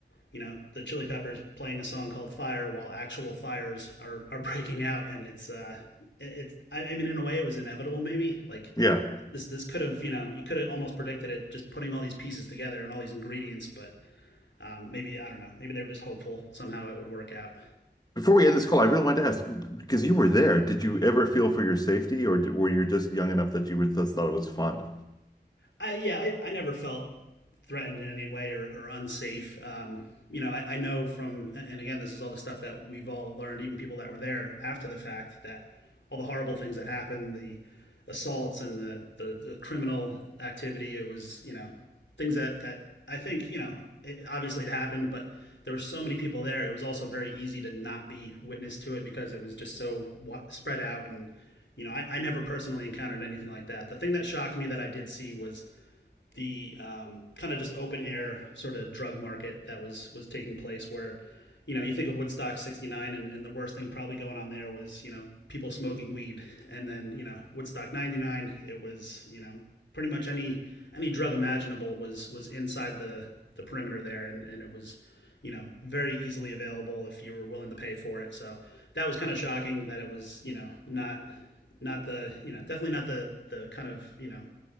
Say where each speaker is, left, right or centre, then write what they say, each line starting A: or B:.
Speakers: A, on the left (about 90°); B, on the left (about 20°).
A: you know, the Chili Peppers playing a song called Fire while actual fires are, are breaking out. And it's, uh, it's, I, I mean, in a way it was inevitable, maybe like
B: Yeah.
A: this, this could have, you know, you could have almost predicted it just putting all these pieces together and all these ingredients, but, um, maybe, I don't know, maybe they were just hopeful somehow it would work out.
B: Before we end this call, I really wanted to ask because you were there, did you ever feel for your safety or d- were you just young enough that you were, just thought it was fun?
A: I yeah, I, I never felt threatened in any way or, or unsafe. Um, you know, I, I know from, and again, this is all the stuff that we've all learned, even people that were there after the fact, that all the horrible things that happened, the assaults and the, the, the criminal activity, it was, you know, things that, that I think, you know, it, obviously it happened, but there were so many people there. It was also very easy to not be witness to it because it was just so spread out. And, you know, I, I never personally encountered anything like that. The thing that shocked me that I did see was the um, kind of just open air sort of drug market that was was taking place where you know you think of woodstock 69 and, and the worst thing probably going on there was you know people smoking weed and then you know woodstock 99 it was you know pretty much any any drug imaginable was was inside the the perimeter there and and it was you know very easily available if you were willing to pay for it so that was kind of shocking that it was you know not not the you know definitely not the the kind of you know